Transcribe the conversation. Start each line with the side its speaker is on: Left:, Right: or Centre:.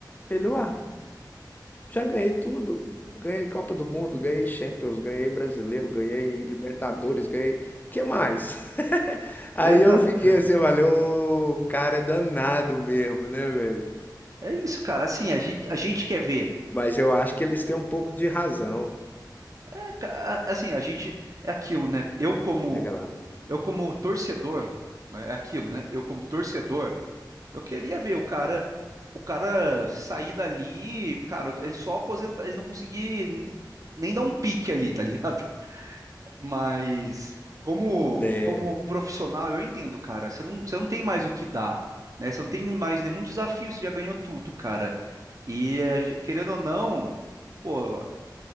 Left: Ele, ué, já ganhei tudo. Ganhei Copa do Mundo, ganhei Champions, ganhei Brasileiro, ganhei Libertadores, ganhei. Que mais? Aí
Right: Exato,
Left: eu fiquei
Right: cara.
Left: assim, valeu, o cara é danado mesmo, né, velho?
Right: É isso, cara. Assim, a gente, a gente quer ver.
Left: Mas eu acho que eles têm um pouco de razão.
Right: É, ca- a- Assim, a gente é aquilo, né? Eu como
Left: Diga lá, meu Bruno.
Right: eu como torcedor, né? É aquilo, né? Eu como torcedor, eu queria ver o cara o cara sair dali, cara, ele só aposentar, ele não conseguir nem dar um pique ali, tá <laughs> ligado? Mas como
Left: É,
Right: como profissional, eu entendo, cara. Você não você não tem mais o que dar, né? Você não tem mais nenhum desafio, você já ganhou tudo, cara. E a querendo ou não, pô,